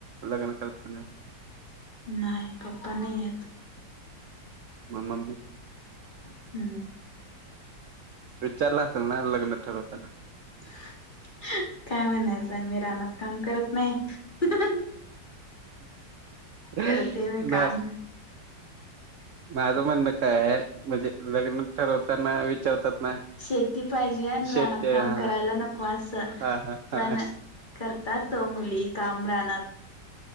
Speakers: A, on the right; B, on the left.
A: लग्न करतानं.
B: नाय, पप्पा नाहीयत‌.
A: मग मम्मी?
B: हम्म.
A: विचारलं असल ना लग्न ठरवताना.
B: ह. <unintelligible> काय म्हणायचंय, मी रानात काम करत नाही. हहह
A: नाय‌.
B: करते मी काम
A: माझं म्हणणं कायय, म्हणजे लग्न ठरवताना विचारतात ना.
B: शेती पाहिजे आणि रानात
A: शेते
B: काम
A: हा
B: करायला नको असं,
A: हा हा हा
B: पण करतात हो मुली काम रानात.